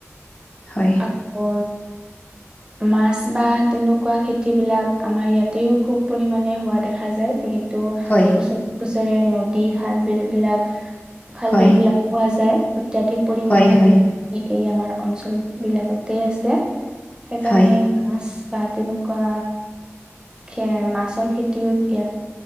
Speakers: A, on the left; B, on the right.
A: হয়
B: আকৌ মাছ বা তেনেকুৱা খেতিবিলাক আমাৰ ইয়াতেও খুব পৰিমাণে হোৱা দেখা যায় যিহে তু
A: হয়
B: ওচৰে পুচৰে নদী খাল বিল বিলাক খাল
A: হয়
B: বিল বিলাক পোৱা যায় অত্যাধিক পৰিমাণে
A: হয়
B: নদী এই আমাৰ অঞ্চল বিলাকতে আছে সেইকাৰণে
A: হয়
B: মাছ বা তেনেকুৱা খে মাছৰ খেতিও ইয়াত